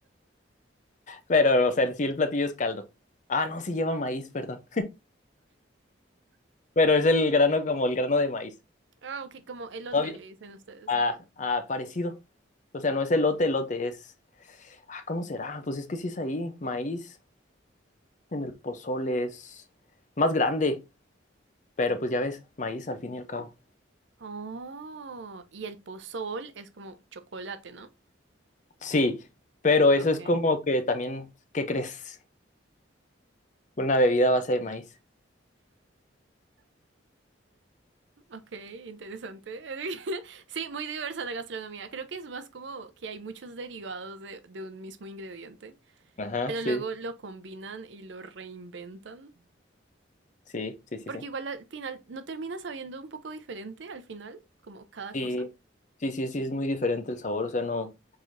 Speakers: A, on the left; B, on the right.
A: Pero, o sea, en sí el platillo es caldo. Ah, no, sí lleva maíz, perdón. Pero es el grano como el grano de maíz.
B: Ah, ok, como elote
A: No, bien.
B: le dicen ustedes.
A: Ah, ah, parecido. O sea, no es elote, elote, es... Ah, ¿cómo será? Pues es que sí es ahí, maíz. En el pozole es más grande, pero pues ya ves, maíz al fin y al cabo.
B: Oh, y el pozol es como chocolate, ¿no?
A: Sí, pero eso
B: Ok,
A: es como que también, ¿qué crees? Una bebida a base de maíz.
B: ok, interesante. <laughs> Sí, muy diversa la gastronomía. Creo que es más como que hay muchos derivados de, de un mismo ingrediente.
A: Ajá,
B: Pero
A: sí,
B: luego lo combinan y lo reinventan.
A: sí, sí, sí,
B: Porque
A: sí.
B: igual al final, ¿no termina sabiendo un poco diferente al final? Como cada
A: Sí,
B: cosa.
A: sí, sí, sí, es muy diferente el sabor, o sea, no,